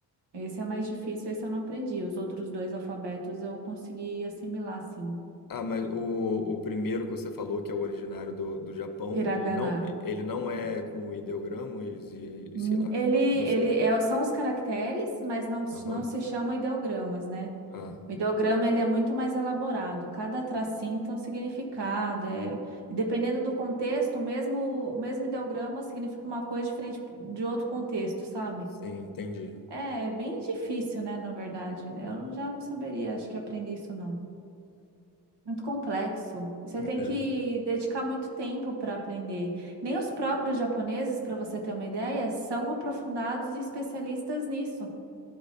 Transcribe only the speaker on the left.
Ah, mas o, o primeiro que você falou, que é o originário do, do Japão,
ele não, ele não é com ideogramas e, e
sei lá
como é que
é, não sei.
Aham.
Ah,
sim, entendi.
É.